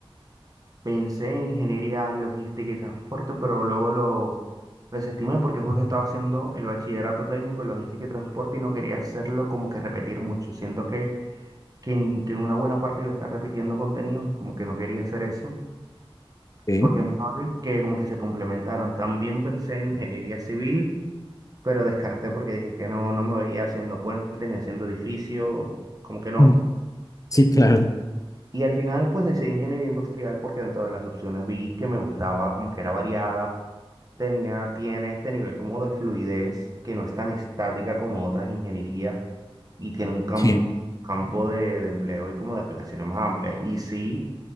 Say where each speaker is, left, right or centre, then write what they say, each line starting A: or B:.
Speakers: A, on the right (about 40°); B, on the left (about 35°).
A: pensé en ingeniería logística y transporte, pero luego lo, lo desestimé porque justo estaba haciendo el bachillerato técnico en logística y transporte y no quería hacerlo como que repetir mucho. Siento que, que, en, que en una buena parte iba a estar repitiendo contenidos y como que no quería hacer eso,
B: Sí,
A: porque es mejor que como que se complementaron. También pensé en ingeniería civil, pero descarté porque dije que no, no me veía haciendo puente ni haciendo edificio, como que no.
B: Mm, sí, claro.
A: Y al final pues decidí ingeniería industrial porque dentro de las opciones vi que me gustaba, como que era variada, tenía, tiene este nivel como de fluidez que no es tan estática como otras ingenierías y tiene un cam-
B: Sí,
A: campo de, de empleo y como de aplicaciones más amplia. Y sí,